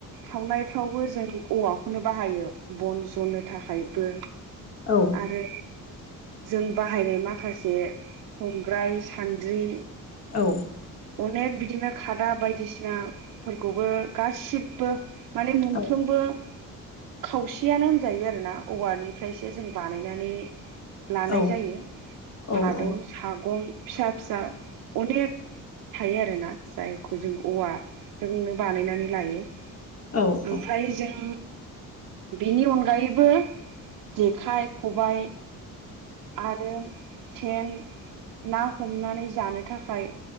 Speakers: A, on the right (about 75°); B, on the left (about 45°).
A: खावनायफ्रावबो जों औवाखौनो बाहायो बन जननो थाखायबो
B: औ
A: आरो जों बाहायनाय माखासे से संग्राय सान्द्रि
B: औ
A: अनेक बिदिनो खाद दा बायदिसिनाफोरखौबो गासिबो माने मोनफ्रोमबो
B: औ
A: खावसेयानो होनजायो आरोना औवानिफ्रायसो जों बानायनानै लानाय
B: औ
A: जायो
B: औ
A: खादौ
B: औ
A: सागं फिसा फिसा अनेक थायो आरोना जायखौ जों औवाजोंनो बानायनानै लायो
B: औ
A: ओमफ्राय जों बिनि अनगायैबो जेखाइ खबाइ आरो सेन ना हमनानै जानो थाखाय